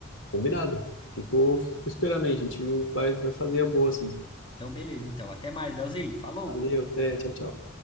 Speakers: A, on the left; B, on the left.
A: combinado. Fico, fico esperando aí, a gente vai, vai fazer a boa, assim.
B: Então, beleza, então. Até mais, Leozinho. Falou!
A: Valeu, até, tchau, tchau.